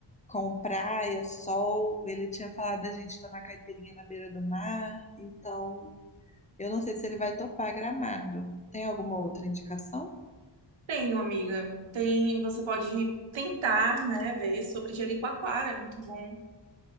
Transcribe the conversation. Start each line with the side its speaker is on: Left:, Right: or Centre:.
Left: com praia, sol. Ele tinha falado da gente tomar caipirinha na beira do mar. Então, eu não sei se ele vai topar Gramado. Tem alguma outra indicação?
Right: Tenho, amiga. Tem, você pode tentar, né, ver sobre Jericoacoara, é muito bom